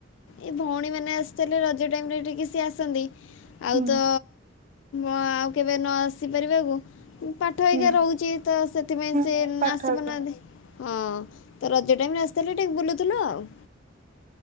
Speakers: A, on the left; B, on the right.
A: ଏ ଭଉଣୀମାନେ ଆସିଥିଲେ ରଜ ଟାଇମ ରେ ଟିକେ ସି ଆସନ୍ତି, ଆଉ
B: ହୁଁ
A: ତ ଆଉ କେବେ ନ ଆସି ପାରିବାକୁ ପାଠ ହେଇକା
B: ହୁଁ
A: ରହୁଛି ତ ସେଥିପାଇଁ
B: ହୁଁ
A: ସେ
B: ପାଠ
A: ଆସି
B: ଏକ
A: ପାରୁନାହାନ୍ତି। ହଁ ତ ରଜ ଟାଇମରେ ଆସିଥିଲେ ଟିକେ ବୁଲୁଥିଲୁ ଆଉ।